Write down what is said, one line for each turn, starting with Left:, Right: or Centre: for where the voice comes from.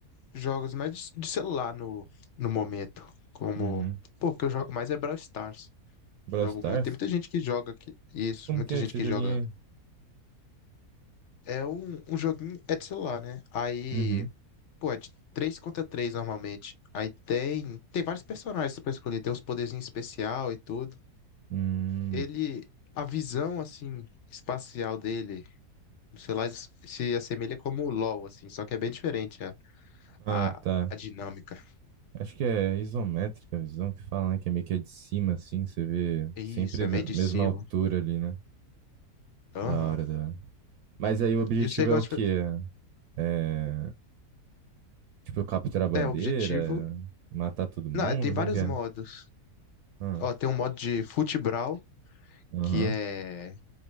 Left: jogos mais de de celular no, no momento. Como,
Right: Uhum.
Left: pô, o que eu jogo mais é Brawl Stars.
Right: Brawl
Left: Jogo
Right: Stars?
Left: muito. Tem muita gente que joga aqui. Isso,
Right: Como
Left: muita
Right: que é
Left: gente
Right: esse
Left: que
Right: joguinho
Left: joga. É um, um joguinho, é de celular, né? Aí,
Right: aí? Uhum.
Left: pô, é de 3 contra 3 normalmente. Aí tem, tem vários personagens pra escolher, tem uns poderzinhos especial e tudo.
Right: Hum.
Left: ele, a visão assim espacial dele, sei lá, se assemelha como o LoL assim, só que é bem diferente a,
Right: Ah,
Left: a,
Right: tá.
Left: a dinâmica.
Right: Acho que é isométrica a visão que fala, né? Que é meio que é de cima, assim, você vê
Left: Isso,
Right: sempre
Left: é
Right: na
Left: meio de
Right: mesma
Left: cima.
Right: altura ali, né?
Left: Aham.
Right: Da hora, da hora. Mas aí o objetivo
Left: E você gosta
Right: é o quê? É... Tipo, capturar a bandeira,
Left: de... é objetivo.
Right: matar todo mundo,
Left: Não, é, tem vários
Right: como que é?
Left: modos.
Right: Ah.
Left: Ó, tem um modo de futebral
Right: Aham.
Left: que é